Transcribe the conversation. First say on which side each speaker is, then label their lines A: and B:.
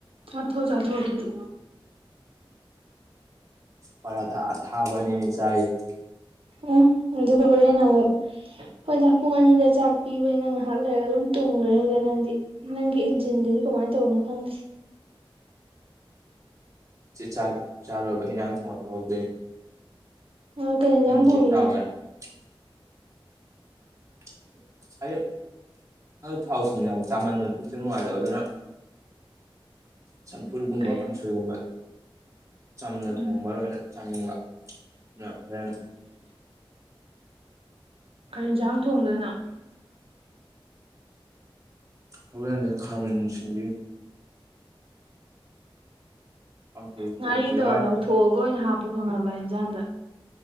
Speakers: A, on the right; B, on the right.
A: ꯆꯥꯊꯣ ꯆꯥꯊꯣ ꯑꯗꯨꯗꯤ꯫
B: ꯄꯥꯔꯥꯊ ꯑꯁꯥꯕ ꯑꯅꯤꯅꯦ ꯆꯥꯔꯤꯁꯦ꯫
A: ꯎꯝ ꯎꯗꯨꯗꯤ ꯍꫭꯔꯦꯅ ꯑꯃꯨꯛ ꯍꯣꯏꯗ ꯄꯨꯡ ꯑꯅꯤꯗ ꯆꯥꯛ ꯄꯤꯕꯅꯤꯅ ꯉꯥꯏꯍꯥꯛ ꯂꯩꯔꯒ ꯑꯗꯨꯝ ꯇꯨꯝꯈ꯭ꯔꯅꯤꯗ ꯅꯪꯗꯤ꯫ ꯅꯪꯒꯤ ꯏꯟꯖꯤꯟꯗꯨꯗꯤ ꯀꯃꯥꯏꯅ ꯇꯧꯕꯅꯣ ꯈꯪꯗ꯭ꯦ꯫
B: ꯆꯦ ꯆꯥꯛ ꯆꯥꯔꯣꯏꯕ ꯍꯤꯟꯖꯥꯡ ꯊꯣꯡꯉꯠꯄ ꯍꯧꯗꯣꯏꯅꯤ꯫ <inaudible>
A: ꯑꯣ ꯀꯩ ꯏꯟꯖꯥꯡ ꯊꯣꯡꯉꯤꯅꯣ
B: <inaudible> ꯑꯗꫭ ꯊꯥꯎ ꯊꯨꯝ ꯌꯥꯝ ꯆꯥꯃꯟꯗꯅ ꯄꯨꯛꯁꯦ ꯅꯨꯡꯉꯥꯏꯇꯕ ꯑꯗꯨꯅ ꯆꯝꯐꯨꯠꯒꯨꯝꯕ
A: ꯀꯩ
B: ꯀꯥꯡꯁꯣꯏꯒꯨꯝꯕ ꯆꯝꯅ
A: ꯎꯝ
B: ꯊꯣꯡꯕ ꯂꯣꯏꯅ ꯆꯥꯅꯤꯡꯕ ꯑꯗꯨꯅ ꯍꯣꯔꯦꯟ
A: ꯀꯔꯤ ꯍꯦꯟꯖꯥꯡ ꯊꯣꯡꯗꯣꯏꯅꯣ꯫
B: ꯍꯋꯥꯏ ꯈꯥꯃꯤꯁꯤꯡꯕꯤ꯫ ꯀꯥꯡꯁꯣꯏ
A: ꯉꯥꯔꯤꯗꯣ
B: ꯊꯣꯡꯁꯤꯔꯥ
A: ꯂꯧꯊꯣꯛꯑꯒ ꯑꯣꯏꯅ ꯍꯥꯞꯄꯨ ꯈꯪꯉꯕ ꯍꯤꯟꯖꯥꯡꯗ꯫